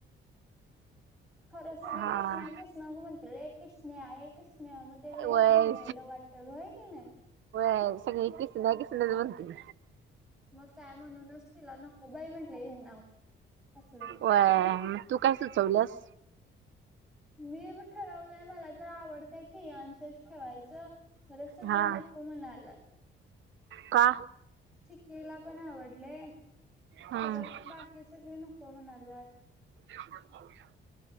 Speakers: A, in the centre; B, on the right (about 70°).
A: खरं सगळे
B: हा.
A: किसना किसनाच म्हणते ए किसन्या ए किसन्या म लईच
B: व्हय
A: घाणेड वाट टेल होय की नाही.
B: हाव सगळी किसना किसनाच म्हणतील.
A: मग काय म्हणूनच तिला नको बाई म्हंटले हे नाव असलं.
B: होय म तू काय सुचवलस
A: मी ठरवलंय मला जर आवडतय कियांशच ठेवायचं खरं सगळे
B: हा
A: नको म्हणाल्यात
B: का
A: चिक्कीला पण आवडलय
B: हम्म
A: खरं बाकी सगळे नको म्हणाल्यात
B: ते आपण पाहूया